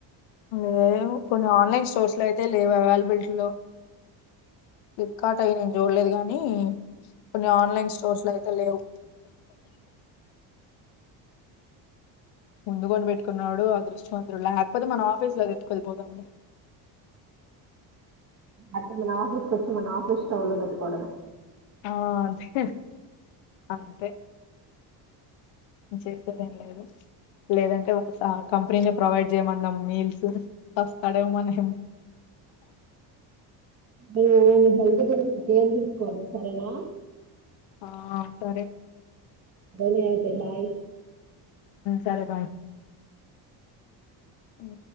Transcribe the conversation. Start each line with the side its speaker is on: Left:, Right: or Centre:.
Left: లేవు కొన్ని ఆన్లైన్ స్టోర్స్లో అయితే లేవు అవైలబులిటీలో ఫ్లిప్కార్ట్ అయి నేను జూళ్ళేదు గానీ కొన్ని ఆన్లైన్ స్టోర్స్లు అయితే లేవు ముందు కొనిబెట్టుకున్నోడు అదృష్టవంతుడు లేకపోతే మన ఆఫీస్లో ఎత్తుకొది పోదాంలే
Right: అప్పుడు మన ఆఫీస్కొచ్చి మన ఆఫీస్ స్టవ్ లో పెట్టుకోవడమే
Left: ఆ అదే అంతే చేసేదేం లేదు లేదంటే ఒక స కంపెనీని ప్రొవైడ్ చేయమందాం మీల్సు సస్తాడేమో మన ఎం
Right: డే నీ హెల్త్ గురించి కేర్ దీస్ దనా
Left: ఆ సరే
Right: దని అయితే బాయ
Left: సరే బాయ్ అఓ